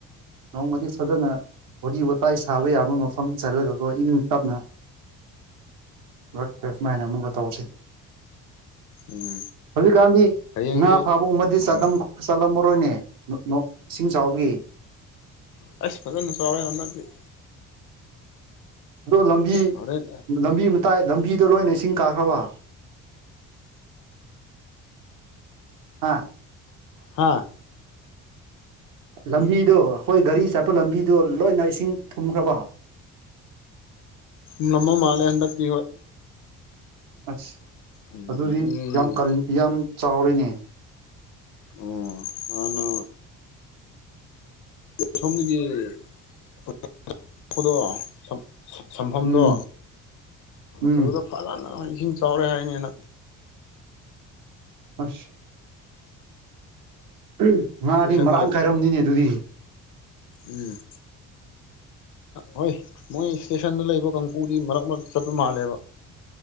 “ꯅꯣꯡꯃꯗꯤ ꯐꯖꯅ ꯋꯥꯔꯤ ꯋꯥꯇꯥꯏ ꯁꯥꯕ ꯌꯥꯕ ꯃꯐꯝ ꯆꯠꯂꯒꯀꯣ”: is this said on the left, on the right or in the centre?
Right